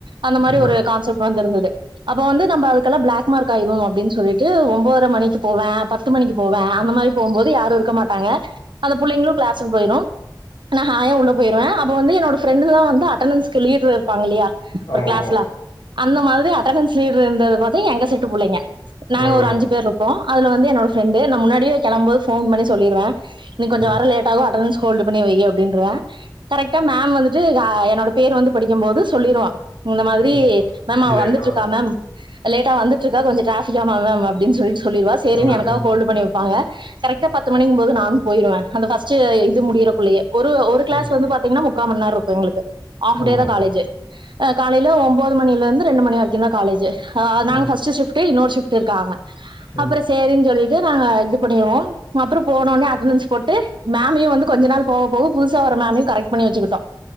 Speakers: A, on the right; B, on the left.
A: அந்த மாரி
B: ம் ஆ
A: ஒரு
B: ஆமாம் ஆமாம் ம்
A: கான்செப்ட் வந்துருந்தது அப்போ வந்து நம்ப அதுக்கல்லா பிளாக் மார்க் ஆயிரும் அப்டின்னு சொல்லிட்டு ஒம்போதர மணிக்கு போவே பத்து மணிக்கு போவே அந்த மாரி போம்போது யாரு இருக்க மாட்டாங்க அந்த புள்ளைகளு கிளாஸ்க்கு போய்ரு ஹாயா உள்ள போ போயிடுவே அப்ப வந்து என்னோட ஃரெண்ட் தா வந்து அட்டன்ஸ்க் லீட்ரு இருப்பாங்க இல்லையா ஒரு
B: ஆமாம்
A: கிளாஸ்ல
B: ஆமாம்
A: அந்த மாதிரி அட்டண்டன்ஸ் லீட்ரு இருந்தது வந்து எங்க செட்டு புள்ளைங்க நாங்க
B: ம்
A: ஒரு அஞ்சு பேரு இருப்போ அதுல வந்து என்னோட ஃப்ரெண்டு நா முன்னாடியே கெளம்போது போன் பண்ணி சொல்லிருவே இன்னு கொஞ்ச
B: ம்
A: வர லேட்டாகு அட்டண்டன்ஸ் ஹோல்டு பண்ணி வை அப்டின்றுவே கரெக்டா மேம் வந்துட்டு ஆ என்னோட பேர் வந்து படிக்கு போது சொல்லிருவா இந்த மாதிரி
B: ம் ம்
A: மேம் அவ
B: லேட்டாக
A: வந்துட்ருக்கா மேம் லேட்டா வந்துட்ருக்கா கொஞ்ச ட்ராபிக்கா மேம் அப்பின்னு சொல்லி சொல் <unintelligible> சரினு
B: வரேன்
A: எனக்காக
B: ம் ம்
A: ஹோல்டு பண்ணி வப்பாங்க கரெக்டா பத்து மணிக்கும் போது நானும் போயிருவேன் அந்த ஃபர்ஸ்ட்டு இது முடியறக்குள்ளையே ஒரு ஒரு கிளாஸ்
B: ம்
A: த்து வந்து பாத்தீங்கன்னா முக்கா மண்நேரோ இருக்கோ எங்களுக்கு ஆஃப்
B: ஆமாம்
A: டே தா காலேஜ் ஆ காலைல ஒம்போது மணிலருந்து ரெண்டு மணி வரைக்கும் தா காலேஜே ஆ நாங்க
B: ம் ம் ம்
A: ஃபர்ஸ்ட்டு ஷிஃப்ட்டு இன்னோரு ஷிஃப்ட்டு இருக்காங்க
B: ம்
A: அப்பறோ சேரின் சொல்லிட்டு நாங்க இது பண்ணிருவோ அப்புறோ போனோன்னே அட்னன்ஸ் போட்டு மேமையும் வந்து கொஞ்ச நாள் போக போக புதுசா வர மேம் மே கரெக்ட் பண்ணி வெச்சிக்குட்டோ